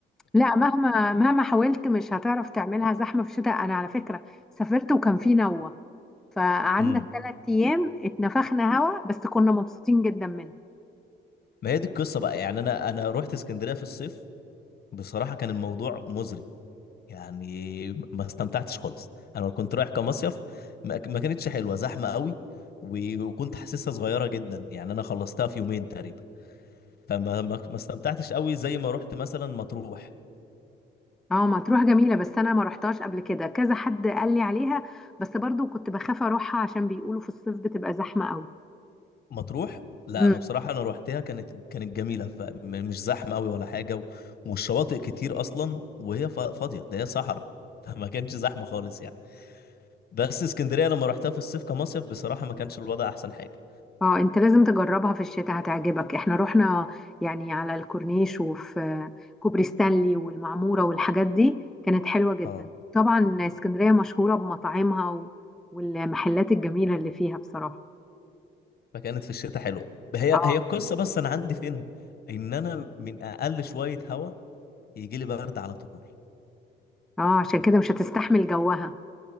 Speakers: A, in the centre; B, on the left.
A: لا مهما مهما حاولت مش هتعرف تعملها زحمة في الشتاء انا على فكرة سافرت وكان في نوة فقعدنا
B: امم
A: الثلاث ايام اتنفخنا هوا بس كنا مبسوطين جدا منه
B: ما هي دي القصة بقى يعني أنا أنا رحت اسكندرية في الصيف بصراحة كان الموضوع مزري يعني ما استمتعتش خالص أنا كنت رايح كمصيف ما, ما كانتش حلوة زحمة قوي و- وكنت حاسسها صغيرة جدا يعني أنا خلصتها في يومين تقريبا فما ما ما استمتعتش قوي زي ما رحت مثلا مطروح
A: اه مطروح جميلة بس أنا ما رحتهاش قبل كده كذا حد قال لي عليها بس برضو كنت بخاف أروحها عشان بيقولوا في الصيف بتبقى زحمة قوي
B: مطروح لا
A: مم.
B: انا بصراحه انا روحتها كانت كانت جميله فمش زحمه قوي ولا حاجه و... والشواطئ كتير اصلا وهي ف- فاضيه ده هي صحراء <laughs> فما كانش زحمه خالص يعني بس اسكندريه لما روحتها في الصيف كمصيف بصراحه ما كانش الوضع احسن حاجه
A: اه انت لازم تجربها في الشتاء هتعجبك احنا رحنا يعني على الكورنيش وفي كوبري ستانلي والمعمورة والحاجات دي كانت حلوة جدا
B: اه
A: طبعا اسكندرية مشهورة بمطاعمها و- والمحلات الجميلة اللي فيها بصراحة
B: فكانت في الشتاء حلوه هي
A: اه
B: هي القصه بس انا عندي فين ان انا من اقل شويه هوا يجي لي برد على طول
A: اه عشان كده مش هتستحمل جوها